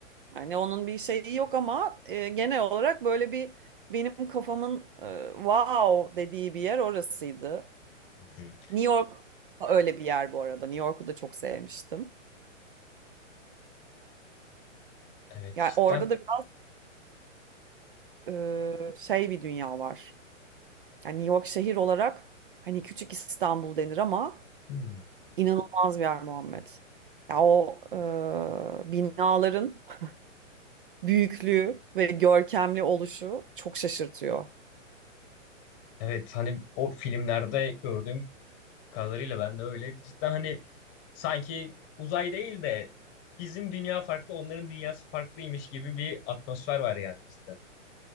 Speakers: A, on the right (about 45°); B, on the left (about 25°).
A: Yani onun bir şeyi yok ama e, genel olarak böyle bir benim kafamın e, wow dediği bir yer orasıydı.
B: Hı hı.
A: New York da öyle bir yer bu arada. New York'u da çok sevmiştim.
B: Evet
A: Yani
B: cidden
A: orada da biraz e, şey bir dünya var. Yani New York şehir olarak hani küçük İstanbul denir ama
B: Hmm.
A: inanılmaz bir yer Muhammed. Ya o e, binaların <laughs> büyüklüğü ve görkemli oluşu çok şaşırtıyor.
B: evet hani o filmlerde gördüğüm kadarıyla ben de öyle cidden hani sanki uzay değil de bizim dünya farklı onların dünyası farklıymış gibi bir atmosfer var yani cidden.